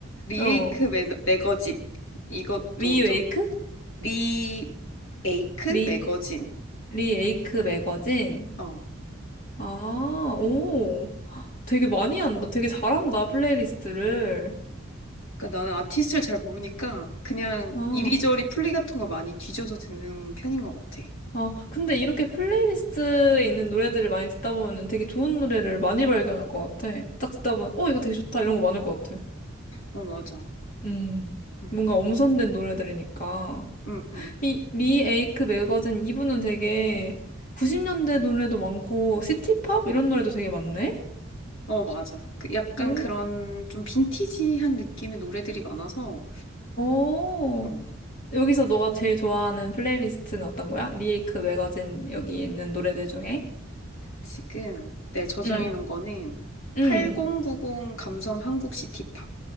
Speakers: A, on the left; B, on the left.
A: 리에이크
B: 어.
A: 매, 매거진. 이것도
B: 위웨이크?
A: 좀 리에이크
B: 리,
A: 매거진.
B: 리에이크 매거진?
A: 어.
B: 아, 오. 되게 많이 한다. 되게 잘한다, 플레이리스트를.
A: 그러니까 나는 아티스트를 잘 모르니까 그냥
B: 아,
A: 이리저리 플리 같은 거 많이 뒤져서 듣는 편인 것 같아.
B: 아, 근데 이렇게 플레이리스트에 있는 노래들을 많이 듣다 보면 되게 좋은 노래를 많이 발견할 것 같아. 딱 듣다 보면, 어, 이거 되게 좋다. 이런 거 많을 것 같아.
A: 어, 맞아.
B: 음,
A: 음,
B: 뭔가 엄선된 노래 들으니까.
A: 음, 음,
B: 이,
A: 음.
B: 리 에이크 매거진 이분은 되게 90년대 노래도 많고, 시티팝? 이런 노래도 되게 많네?
A: 어, 맞아. 그 약간
B: 오,
A: 그런 좀 빈티지한 느낌의 노래들이 많아서
B: 어.
A: 어,
B: 여기서 너가 제일 좋아하는 플레이리스트는 어떤 거야? 리 에이크 매거진 여기 있는 노래들 중에?
A: 지금 내 저장해
B: 응,
A: 놓은 거는
B: 응.
A: 8090 감성 한국 시티팝.